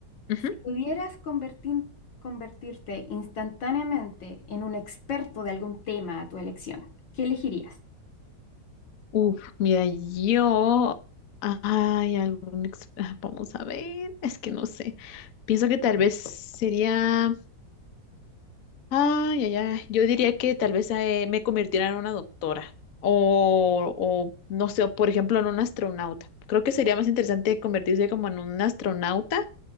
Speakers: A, on the left (about 55°); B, on the left (about 85°).
A: Ujú.
B: si pudieras convertir- convertirte instantáneamente en un experto de algún tema a tu elección, ¿qué elegirías?
A: Uf, mira, yo... Ay, algún... ex- ah, Vamos a ver, es que no sé. Pienso que tal vez sería... Ay, ay, ay. Yo diría que tal vez eh, me convirtiera en una doctora o, o, no sé, o, por ejemplo, en un astronauta. Creo que sería más interesante convertirse como en un astronauta